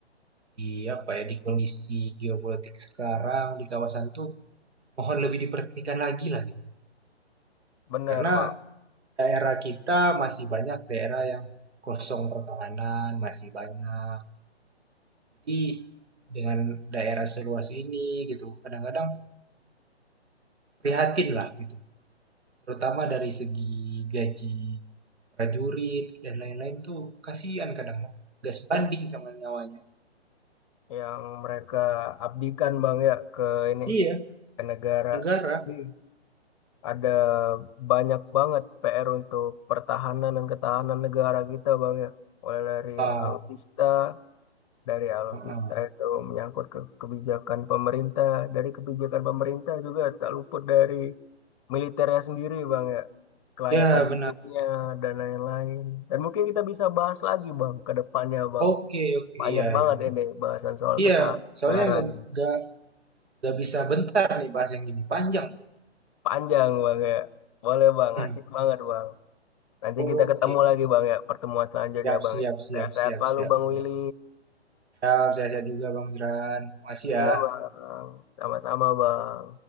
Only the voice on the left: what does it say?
bener
bang,
yang mereka abdikan bang ya ke ini
ke negara.
Ini ada banyak banget PR untuk pertahanan dan ketahanan negara kita bang ya, mulai dari
alutsista, dari alutsista
itu menyangkut ke kebijakan pemerintah, dari kebijakan pemerintah juga tak luput dari militernya sendiri bang ya. kelayakan
hidupnya dan lain-lain. Dan mungkin kita bisa bahas lagi Bang ke depannya Bang.
Banyak
banget
ini bahasan soal
ketahanan
Panjang Bang ya. Boleh Bang,
asik banget Bang. Nanti
kita ketemu lagi Bang ya, pertemuan selanjutnya
Bang
ya.
Sehat-sehat
selalu
Bang
Willy.
Iya Bang, sama-sama Bang.